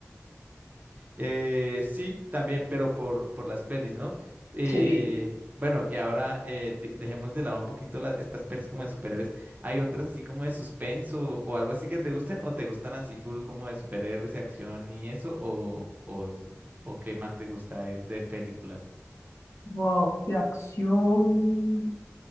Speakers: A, on the right (about 35°); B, on the left (about 65°).
A: Eh, sí, también, pero por, por las pelis, ¿no? Eh,
B: Sí.
A: bueno, y ahora eh, de- dejemos de lado un poquito la- estas pelis como de superhéroes. ¿Hay otras así como de suspenso o algo así que te gusten o te gustan así full como de superhéroes y acción y eso o, o, o qué más te gusta de, de películas?
B: Wow, de acción.